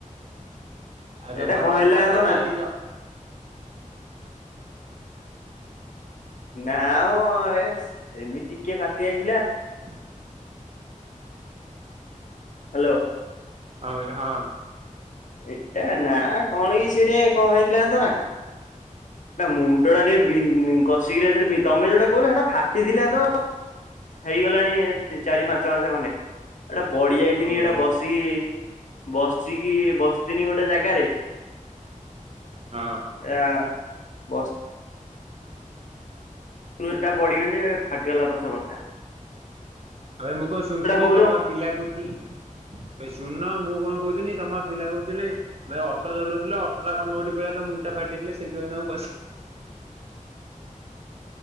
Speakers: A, on the right; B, on the left.
A: ଆଉ ତମେ
B: ଏଟା
A: ଭଲ
B: କଣ ହେଲା
A: ଅଛ
B: ଜାଣିଚ
A: ପାଗଳ
B: ନା?
A: ହେଇଯାଇଛ?
B: ନା ମ ଏସ ଏମିତି ଟିକେ ଫାଟି ଯାଇଥିଲା।
A: ହ।
B: ହ୍ୟାଲୋ।
A: ହଁ ଭାଇ ହଁ।
B: ଏଟା ନା କଣ କି ସେ ଟିକେ କଣ ହେଇଥିଲା ଜାଣିଚ ନା ନା ମୁଣ୍ଡ ଟା ଟିକେ ବିଂ କଷିକିରି ଏଥିରେ ତମେ ଯୋଉଟା କହୁଚ ହେଟା ଫାଟିଥିଲା ତ। ହେଇଗଲାଣି ଚାରି ପାଞ୍ଚ ମାସ ଖଣ୍ଡେ ଏଟା ପଡି ଯାଇଥିନି
A: ଓହୋ ହଁ
B: ଏଟା ବସିକି ବସିକି ବସିଥନି ଗୋଟେ ଜାଗାରେ
A: ହଁ।
B: ଏରା ବସ୍ ଟୁ ଏଟା ପଡିଗନି ଯେ ଫାଟିଗଲା ପଛପଟଟା।
A: ହଏ ମୁଁ କଣ ଶୁଣିଥିନି
B: କହୁଛ
A: ତମ ପିଲା କହୁଥିଲେ ଭାଇ ଶୁଣୁନ ମୁଁ କଣ କହୁଥିଲି ତମ ପିଲା କହୁଥିଲେ ଭାଇ ଅଟୋ ଚଲଉଥିଲେ ଅଟୋ ଅଟୋଟା କଣ ନଉଠି ପଇଲା ତ ମୁଣ୍ଡଟା ଫାଟି ଯାଇଥିଲା ସେଇଥିପାଇଁ ତମକୁ ପଚ